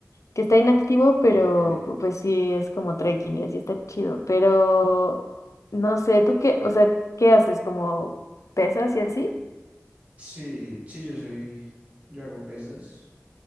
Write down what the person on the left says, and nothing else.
que está inactivo,
pero pu- pues sí es como trekking y así está chido. Pero no sé, ¿tú qué, o sea, qué haces? ¿Como pesas y así?